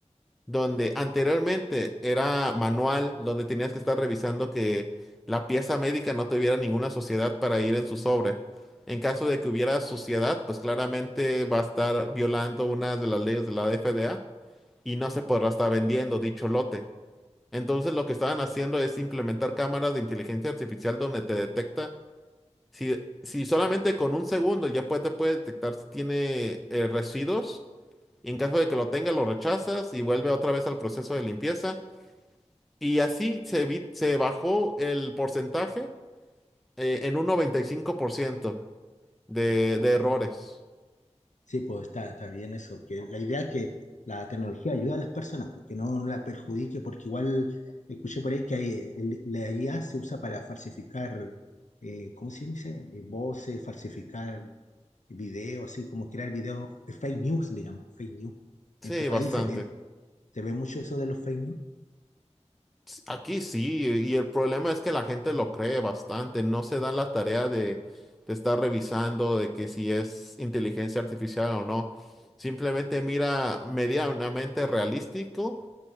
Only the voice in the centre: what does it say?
donde anteriormente era manual, donde tenías que estar revisando que la pieza médica no tuviera ninguna suciedad para ir en su sobre. En caso de que hubiera suciedad, pues claramente va a estar violando una de las leyes de la FDA y no se podrá estar vendiendo dicho lote. Entonces lo que estaban haciendo es implementar cámaras de inteligencia artificial donde te detecta si, si solamente con un segundo ya puede, te puede detectar si tiene eh, residuos y en caso de que lo tenga, lo rechazas y vuelve otra vez al proceso de limpieza. Y así se, vi se bajó el porcentaje eh, en un 95% de,
de errores.
Sí,
bastante.
S- Aquí sí, y el problema es que la gente lo cree bastante, no se dan la tarea de, de estar revisando de que si es inteligencia artificial o no. Simplemente mira medianamente realístico,